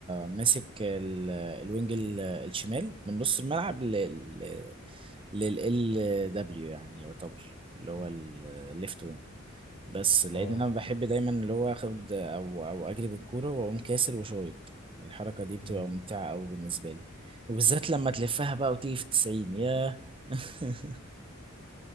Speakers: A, on the right (about 25°); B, on the left (about 85°).
A: ماسك ال- الوينج ال- الشمال من نص الملعب لل لل دبليو يعني يعتبر اللي هو
B: مم.
A: الليفت وينج بس لان
B: اه
A: انا بحب دايما اللي هو اخد او او اجري بالكوره واقوم كاسر وشايط الحركه دي بتبقى
B: مم.
A: ممتعه قوي بالنسبه لي وبالذات لما تلفها بقى وتيجي في التسعين ياه <laughs>